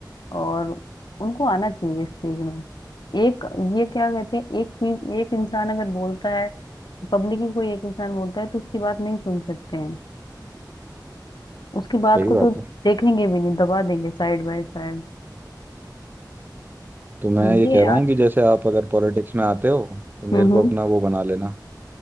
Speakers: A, on the left; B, on the right.
A: और उनको आना चाहिए इस चीज में एक ये क्या कहते हैं एक चीज एक इंसान अगर बोलता है पब्लिक ही कोई एक इंसान बोलता है तो उसकी बात नहीं सुन सकते हैं उसकी बात
B: सही
A: को
B: बात
A: तो
B: है
A: देखेंगे भी नहीं दबा देंगे साइड बाय साइड
B: तो मैं
A: तो
B: ये
A: ये
B: कह
A: है
B: रहा हूँ
A: आज
B: कि जैसे आप अगर पॉलिटिक्स में आते हो तो मेरे
A: हम्म
B: को अपना वो बना लेना